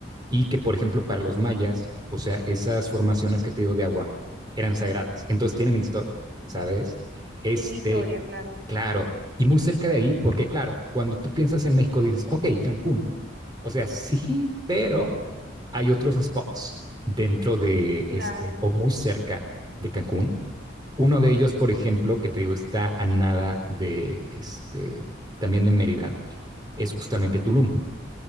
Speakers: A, on the right; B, on the right.
A: y que, por ejemplo, para los mayas, o sea, esas formaciones que te digo de agua eran sagradas, entonces tienen historia, ¿sabes? Este,
B: Tienen historia, claro,
A: claro, y muy cerca de ahí, porque claro, cuando tú piensas en México dices, ok, Cancún, o sea, sí, pero hay otros spots dentro de
B: claro.
A: este o muy cerca de Cancún. Uno de ellos, por ejemplo, que te digo, está a nada de este, también de Mérida, es justamente Tulum.